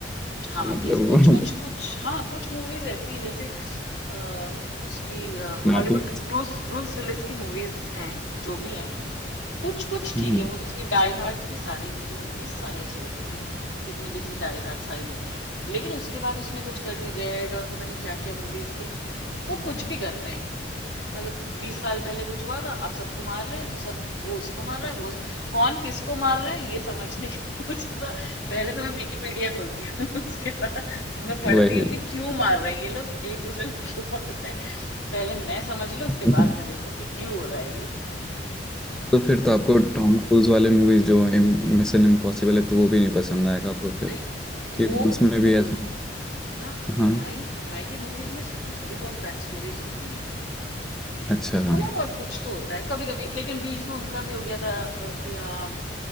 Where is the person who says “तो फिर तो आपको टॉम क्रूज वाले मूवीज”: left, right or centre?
Centre